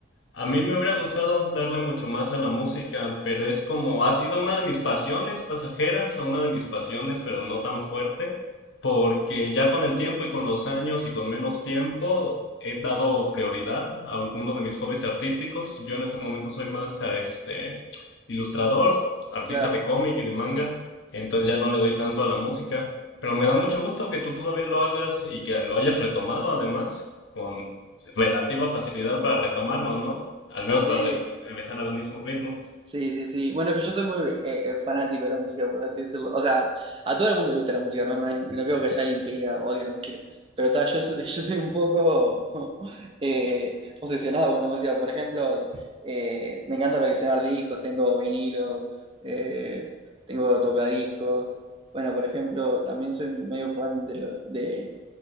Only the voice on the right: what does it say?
Claro,
sí.
Sí, sí, sí. Bueno, es que yo soy muy eh, eh, fanático de la música, por así decirlo. O sea, a todo el mundo le gusta la música, ¿no? No, hay- no creo que haya alguien que diga odio la música. Pero ta, yo, soy- <laughs> yo soy un poco <laughs> eh, obsesionado con la música. Por ejemplo, eh, me encanta coleccionar discos, tengo vinilos eh, tengo tocadiscos. Bueno, por ejemplo, también soy medio fan de, lo- de